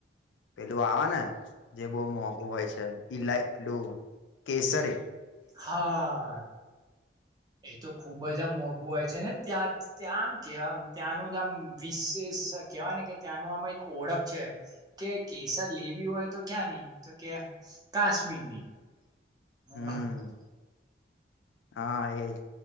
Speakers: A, on the left; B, on the right.
A: પેલું આવે ને જે બહ મોંઘું હોય છે ઈલા પેલું. કેસરે.
B: હા. એ તો ખુબ જ આમ મોંઘું હોય છે નેને ત્યાં ત્યાં આમ કેવામ ત્યાંનું જ આમ વિશેષ. કેવાય ને કે ત્યાંનું આમાં એક ઓળખ છે. કે કેસર લેવી હોય તો ક્યાં ની તો કે કાશ્મીર ની. <unintelligible>
A: હમ હા એજ